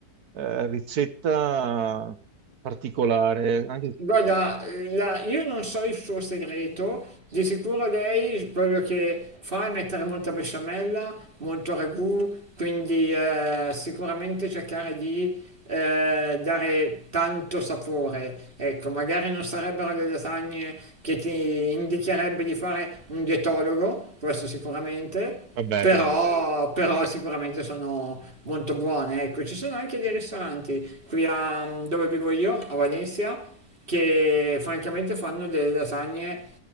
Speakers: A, on the right; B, on the right.
A: eh, ricetta particolare, anche
B: Guarda, la- io non so il suo segreto, di sicuro lei quello che fa è mettere molta besciamella, molto ragù, quindi eh, sicuramente cercare di eh, dare tanto sapore. Ecco, magari non sarebbero le lasagne che ti indicherebbe di fare un dietologo, questo sicuramente,
A: Vabbè,
B: però,
A: però.
B: però sicuramente sono molto buone. Ecco, ci sono anche dei ristoranti qui a, dove vivo io, a Valencia che francamente fanno delle lasagne